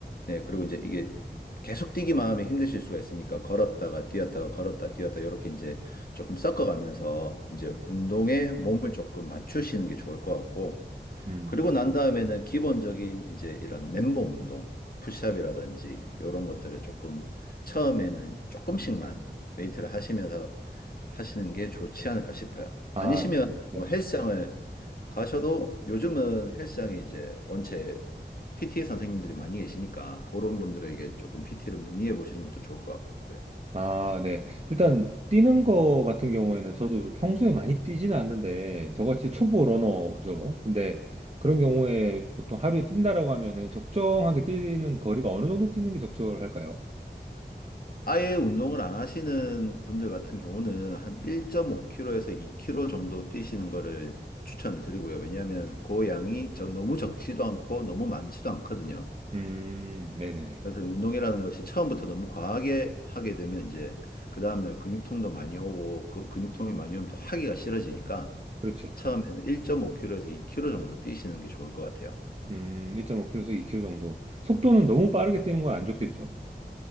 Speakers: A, on the left; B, on the right.
A: 네, 그리고 이제 이게 계속 뛰기만 하면 힘드실 수가 있으니까 걸었다가 뛰었다가 걸었다 뛰었다 이렇게 이제 조금 섞어가면서 이제 운동에 몸을 조금 맞추시는 게 좋을 것 같고
B: 음,
A: 그리고 난 다음에는 기본적인 이제 이런 맨몸 운동, 푸시업이라든지 이런 것들을 조금 처음에는 조금씩만 웨이트를 하시면서 하시는 게 좋지 않을까 싶어요.
B: 아,
A: 아니시면
B: 그-
A: 음.
B: 네.
A: 뭐 헬스장을 가셔도 요즘은 헬스장에 이제 원체 PT 선생님들이 많이 계시니까 그런 분들에게 조금 PT를 문의해 보시는 것도 좋을 것 같고요.
B: 아, 네. 일단 뛰는 거 같은 경우에는 저도 평소에 많이 뛰지는 않는데 저같이 초보 러너죠. 근데 그런 경우에 보통 하루에 뛴다라고 하면은 적정하게 뛰는 거리가 어느 정도 뛰는 게 적절할까요?
A: 아예 운동을 안 하시는 분들 같은 경우는 한 1.5km에서 2km 정도 뛰시는 거를 추천을 드리고요. 왜냐하면 그 양이 저- 너무 적지도 않고 너무 많지도 않거든요.
B: 음, 네네네.
A: 그래서 운동이라는 것이 처음부터 너무 과하게 하게 되면 이제 그 다음날 근육통도 많이 오고 그 근육통이 많이 오면 또 하기가 싫어지니까
B: 그렇죠.
A: 처음에는
B: 네.
A: 1.5km에서 2km 정도 뛰시는 게 좋을 것 같아요.
B: 음, 1.5km에서 2km 정도. 속도는 너무 빠르게 뛰는 건 안 좋겠죠.